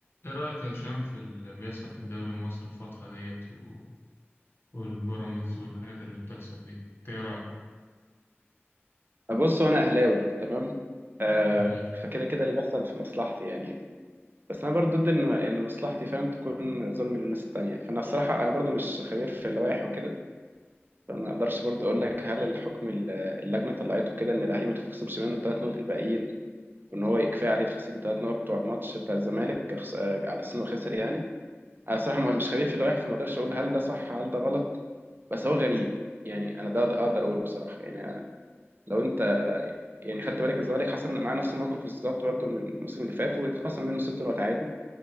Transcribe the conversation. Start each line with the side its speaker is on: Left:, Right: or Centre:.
Left: ايه رأيك يا هشام في اللي بيحصل في الدوري المصري الفترة ديت و... والبيراميدز والحاجات اللي بتحصل دي إنت ايه رأيك؟
Right: بص انا اهلاوي تمام آه
Left: ماشي
Right: فكده كده اللي بيحصل في مصلحتي يعني بس انا برضو ضد ان ان مصلحتي فاهم تكون ظلم للناس التانية فانا الصراحه انا برضو مش خبير في اللوائح وكده فما اقدرش برضو اقول لك هل الحكم ال- اللجنه طلعته كده ان الاهلي ما يتخصمش منه الثلاث نقط الباقيين وان هو كفايه عليه يتخصم الثلاث نقط بتوع الماتش بتاع الزمالك كخس- آه، على اساس انه خسر يعني انا الصراحه ما- مش خبير في اللوائح فما اقدرش اقول هل ده صح هل ده غلط بس هو غريب يعني انا ده اقدر اقوله بصراحه يعني آه، لو انت يعني خدت بالك الزمالك حصل معاه نفس الموقف بالظبط برضه من الموسم اللي فات واتخصم منه ست نقط عادي